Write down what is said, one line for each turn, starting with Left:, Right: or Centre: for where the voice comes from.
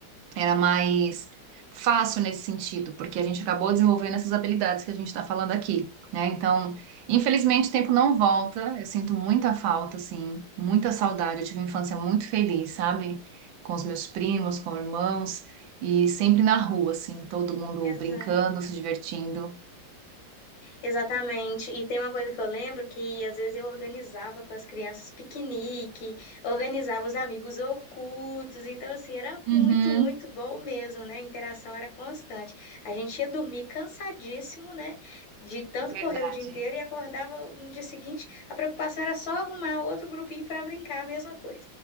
Right: era mais fácil nesse sentido, porque a gente acabou desenvolvendo essas habilidades que a gente está falando aqui, né? Então, infelizmente, o tempo não volta. Eu sinto muita falta, assim, muita saudade. Eu tive uma infância muito feliz, sabe? Com os meus primos, com irmãos, e sempre na rua, assim, todo mundo
Left: Exato.
Right: brincando, se divertindo.
Left: Exatamente. E tem uma coisa que eu lembro que às vezes eu organizava com as crianças piquenique, organizava os amigos ocultos. Então, assim, era
Right: Uhum,
Left: muito, muito bom mesmo, né? A interação era constante. A gente ia dormir cansadíssimo, né? De tanto
Right: verdade,
Left: correr o dia inteiro e acordava no dia seguinte. A preocupação era só arrumar outro grupinho para brincar, a mesma coisa.